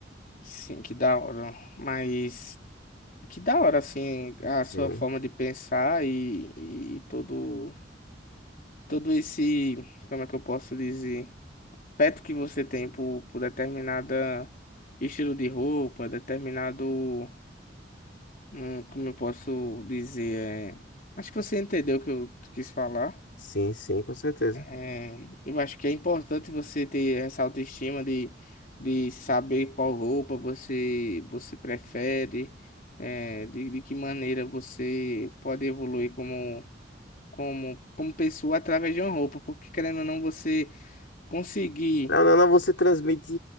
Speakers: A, on the left (about 50°); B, on the left (about 70°).
A: Sim, que da hora. Mas que da hora, assim, a
B: Sim,
A: sua forma de pensar e, e todo, todo esse, como é que eu posso dizer, peto que você tem por, por determinada estilo de roupa, determinado, hum, como eu posso dizer, é... acho que você entendeu o que eu quis falar.
B: sim, sim, com certeza.
A: É, eu acho que é importante você ter essa autoestima de, de saber qual roupa você, você prefere, é, de, de que maneira você pode evoluir como, como, como pessoa através de uma roupa, porque querendo ou não, você conseguir
B: Não, não, não, você transmite